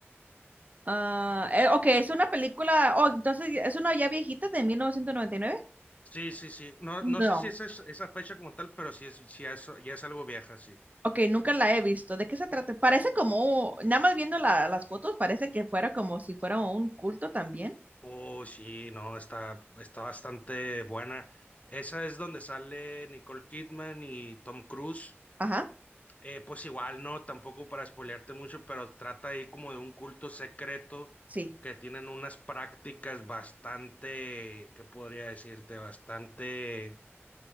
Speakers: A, on the right; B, on the left.
A: Ah, eh, ok, es una película. Oh, entonces es una ya viejita de mil novecientos noventa y nueve
B: Sí, sí, sí. No,
A: No.
B: no sé si esa es esa fecha como tal, pero sí es, sí es, ya es algo vieja, sí.
A: Ok, nunca la he visto. ¿De qué se trata? Parece como, nada más viendo la- las fotos, parece que fuera como si fuera un culto también.
B: Oh, sí, no, está, está bastante buena. Esa es donde sale Nicole Kidman y Tom Cruise.
A: Ajá,
B: Eh, pues igual, no, tampoco para spoilearte mucho, pero trata ahí como de un culto secreto
A: sí.
B: que tienen unas prácticas bastante, ¿qué podría decirte? Bastante,